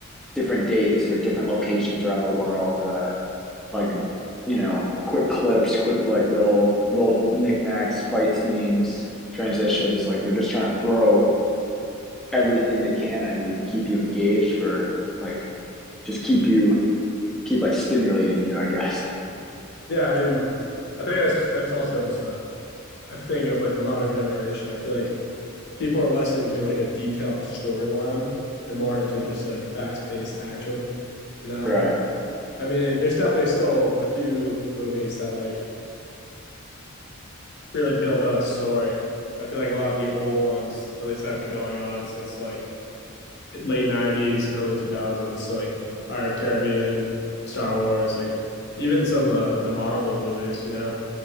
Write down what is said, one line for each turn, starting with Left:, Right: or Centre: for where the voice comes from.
Centre: different dates or different locations around the world, uh like you know quick clips, quick like little little knickknacks, fight scenes, transitions. Like they're just trying to throw everything they can at you to keep you engaged for like just keep you keep like stimulating you, I guess.
Left: Yeah, I mean, I think that's that's also just a, a thing of like the modern generation. I feel like people are less into like a detailed storyline and more into just like fast paced action, you know?
Centre: Right.
Left: I mean, there's definitely still a few movies that like really build out a story. I feel like a lot of the old ones, at least that have been going on since like late 90s, early 2000s. So like *Pirates of the Caribbean, Star Wars, like even some of the, the Marvel movies, you know,